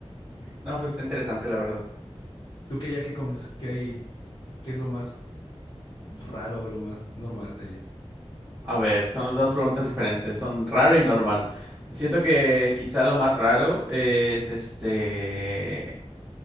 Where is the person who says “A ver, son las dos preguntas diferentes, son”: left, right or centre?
Right